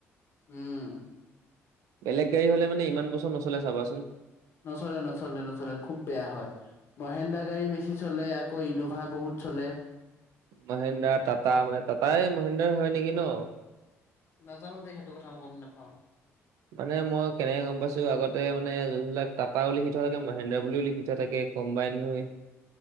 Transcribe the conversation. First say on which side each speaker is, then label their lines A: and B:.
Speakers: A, on the left; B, on the right.
A: উম।
B: বেলেগ গাড়ী হ'লে মানে ইমান বছৰ নচলে চাবাচোন?
A: নচলে নচলে নচলে খুব বেয়া হয়। মহেন্দা গাড়ী বেছি চলে আকৌ ইন'ভা বহুত চলে।
B: মহেন্দ্ৰা টাটা মানে টাটাই মহেন্দ্ৰ হয় নেকি ন?
A: নাজানো দেই সেইটো কথা মই গম নেপাওঁ?
B: মানে মই কেনেকে গম পাইছো আগতে মানে যোনবিলাক টাটাও লিখি থোৱা থাকে মহেন্দ্ৰা বুলিও লিখি থোৱা থাকে। কম্বাইন হৈ।